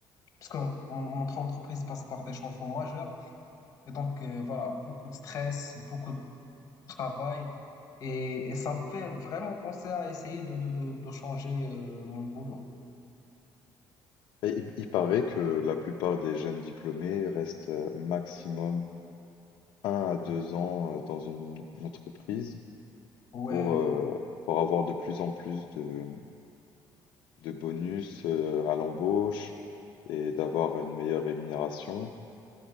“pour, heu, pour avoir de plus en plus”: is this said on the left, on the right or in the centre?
Left